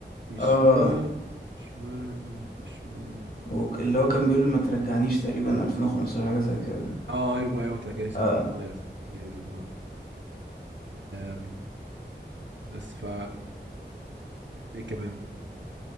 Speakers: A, on the right; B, on the left.
A: مفيش
B: اه
A: مانع مفيش مانع مفيش مانع
B: وك- اللي هو كان بيقول ما ترجعنيش تقريبا 2015 حاجة زي كده
A: اه ايوه ايوه تلاقيني سالفة
B: اه
A: في المية هي دي اه آم، بس ف ايه كمان